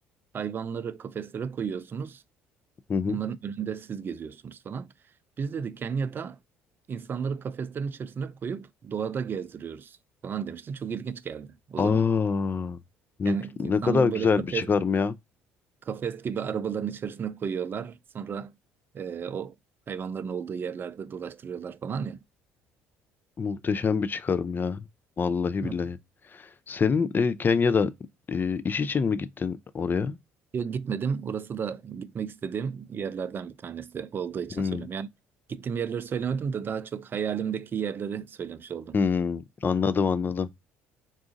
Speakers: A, on the right; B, on the left.
A: hayvanları kafeslere koyuyorsunuz.
B: Hı hı.
A: Onların önünde siz geziyorsunuz falan. Biz dedi Kenya'da insanları kafeslerin içerisine koyup doğada gezdiriyoruz falan demişti. Çok ilginç geldi o
B: Aa,
A: zaman.
B: ne,
A: Yani
B: ne
A: insanları
B: kadar güzel
A: böyle kafes,
B: bir çıkarım ya.
A: kafes gibi arabaların içerisine koyuyorlar. Sonra e, o hayvanların olduğu yerlerde dolaştırıyorlar falan ya.
B: Muhteşem bir çıkarım ya. Vallahi
A: Hı.
B: billahi. Senin e, Kenya'da e, iş için mi gittin oraya?
A: Yok gitmedim. Orası da gitmek istediğim yerlerden bir tanesi olduğu için
B: Hmm,
A: söylüyorum. Yani gittiğim yerleri söylemedim de daha çok hayalimdeki yerleri söylemiş oldum.
B: hmm, anladım anladım.